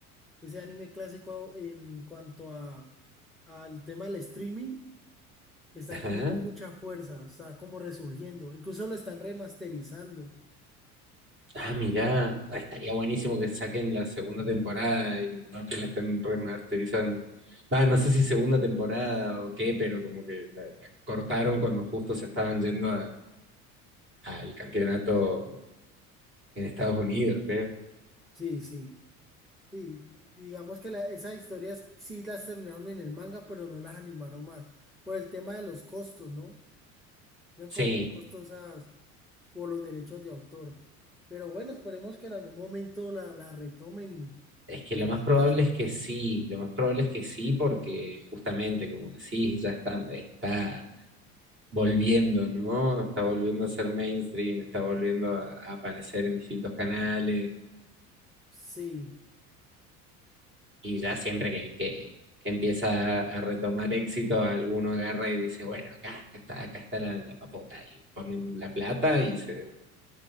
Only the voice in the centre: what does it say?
Ese anime clásico en cuanto a al tema del streaming está
cogiendo mucha fuerza, está como resurgiendo. Incluso lo están remasterizando.
Sí, sí. Sí, digamos que la- esas historias sí las terminaron en el manga, pero no las animaron más, por el tema de los costos, ¿no? No Eran
como muy costosas por los derechos de autor. Pero bueno, esperemos que en algún momento la, la retomen y
sea
fantástico.
Sí,